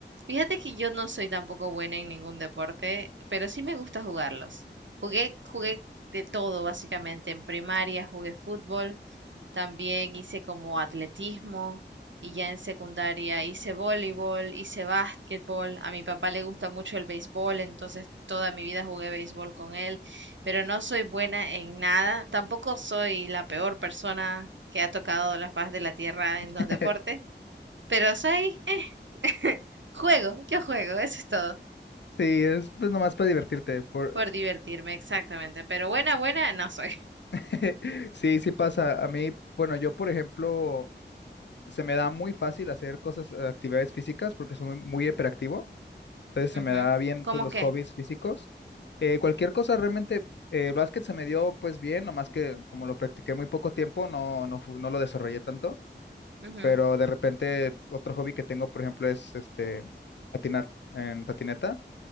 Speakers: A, on the right; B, on the left.
A: Fíjate que yo no soy tampoco buena en ningún deporte, pero sí me gusta jugarlos. Jugué, jugué de todo, básicamente. En primaria jugué fútbol, también hice como atletismo y ya en secundaria hice voleibol, hice básquetbol. A mi papá le gusta mucho el béisbol, entonces toda mi vida jugué béisbol con él, pero no soy buena en nada. Tampoco soy la peor persona que ha tocado la faz de la tierra en
B: <laughs>
A: los deportes, pero soy... eh, <laughs> Juego, yo juego, eso es todo.
B: Sí, es pues nomás para divertirte. Por,
A: Por divertirme, exactamente. Pero buena, buena, no soy.
B: <laughs> Sí, sí pasa. A mí, bueno, yo por ejemplo, se me da muy fácil hacer cosas, eh, actividades físicas porque soy muy hiperactivo. Entonces se
A: <laughs> Ujú.
B: me da bien
A: ¿Cómo
B: pues los
A: qué?
B: hobbies físicos. Eh, cualquier cosa realmente, eh, el básquet se me dio pues bien, nomás que como lo practiqué muy poco tiempo, no, no, fu- no lo desarrollé tanto.
A: Ujú.
B: Pero de repente otro hobby que tengo, por ejemplo, es este patinar en patineta.